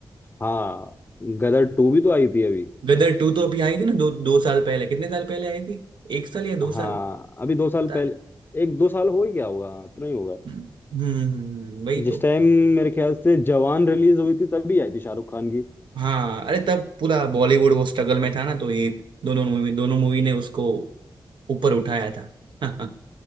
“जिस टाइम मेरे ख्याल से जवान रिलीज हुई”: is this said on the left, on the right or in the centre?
Left